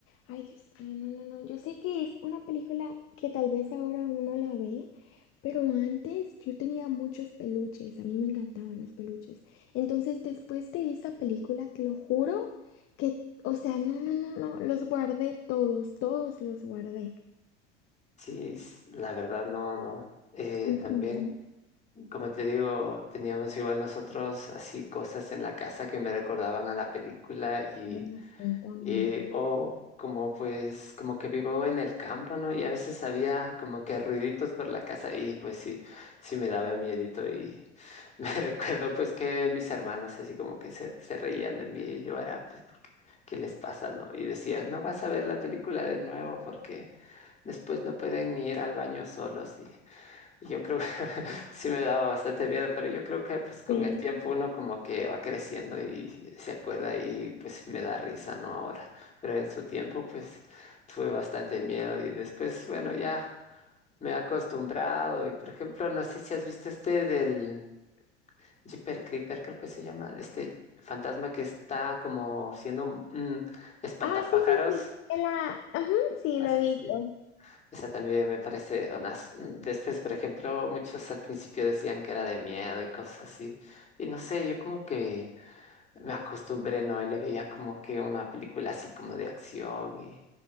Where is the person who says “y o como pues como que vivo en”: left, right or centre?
Left